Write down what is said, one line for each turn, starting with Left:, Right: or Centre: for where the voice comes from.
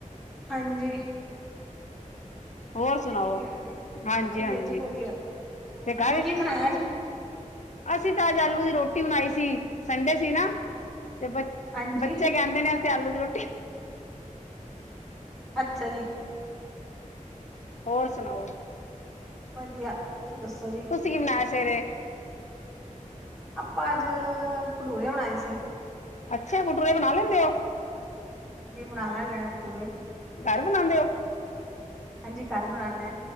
Centre: ਹਾਂਜੀ
Left: ਹੋਰ
Centre: ਉਹ
Left: ਸੁਣਾਓ,
Centre: ਵੀ ਜ਼ਰੂਰੀ ਹੈਗਾ ਜੀ
Left: ਹਾਂਜੀ
Centre: ਵਧੀਆ
Left: ਹਾਂਜੀ
Centre: ਜੀ ਵਧੀਆ ਹੋਰ
Left: ਤੇ
Centre: ਤੁਸੀਂ
Left: ਕਾਦੇ
Centre: ਕੀ ਬਣਾਇਆ ਅੱਜ
Left: ਅਸੀਂ ਅੱਜ ਆਲੂ ਆ ਦੀ ਰੋਟੀ ਬਣਾਈ ਸੀ। ਸੰਡੇ ਸੀ ਨਾ, ਤੇ ਬ
Centre: ਹਾਂਜੀ
Left: ਬੱਚੇ ਕਹਿੰਦੇ ਨੇ ਅਸੀਂ ਆਲੂ ਰੋਟੀ
Centre: ਅੱਛਾ ਜੀ
Left: ਹੋਰ ਸੁਣਾਓ।
Centre: ਵਧੀਆ। ਤੁਸੀਂ ਦੱਸੋ ਜੀ
Left: ਤੁਸੀਂ ਕੀ ਬਨਾਇਆ ਸਵੇਰੇ?
Centre: ਆਪਾਂ ਅੱਜ ਭਟੂਰੇ ਬਣਾਏ ਸੀ।
Left: ਅੱਛਾ ਭਟੂਰੇ ਬਣਾ ਲੈਂਦੇ ਓ?
Centre: ਹਾਂਜੀ ਬਣਾ ਲੈਂਨੇ ਹਾਂ ਭਟੂਰੇ।
Left: ਘਰ ਬਣਾਦੇ ਓ?
Centre: ਹਾਂਜੀ ਘਰ ਬਣਾਨੇ।